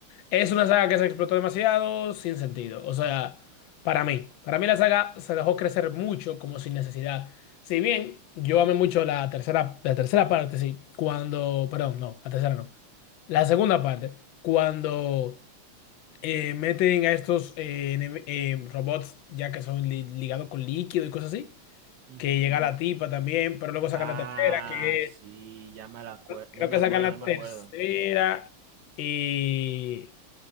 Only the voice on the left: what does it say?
es una saga que se explotó demasiado sin sentido. O sea, para mí. Para mí la saga se dejó crecer mucho como sin necesidad. Si bien yo amé mucho la tercera, la tercera parte, sí. Cuando, perdón, no, la tercera no. La segunda parte, cuando eh, meten a estos eh, enem- eh, robots ya que son li- ligados con líquido y cosas así
que llega la tipa también, pero luego sacan
la tercera, que
es-
creo
que
sacan la
tercera
y